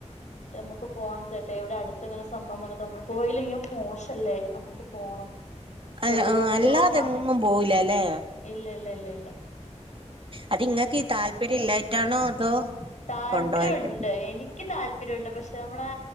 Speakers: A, on the left; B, on the right.
A: <unintelligible> നമുക്ക് പോണം ചേട്ടായി. ഇവിടെ അടുത്ത് ഇങ്ങനെ സംഭവം വന്നിട്ട് നമ്മള് പോയില്ലെങ്കി അത് മോശല്ലേ അമ്മക്ക് പോണം
B: <unintelligible>
A: പിള്ളേർക്ക്
B: ഏഹ് അല്ലാതെങ്ങും
A: ഹാ
B: പോവൂല അല്ലേ
A: ഇല്ല ഇല്ല ഇല്ല ഇല്ല
B: അത് ഇങ്ങക്ക് ഈ താല്പര്യം ഇല്ലായിട്ടാണോ അതോ
A: താല്പര്യം
B: കൊണ്ടോവായിട്ട്
A: ഒണ്ട് എനിക്ക് താൽ <unintelligible> പക്ഷെ നമ്മളെ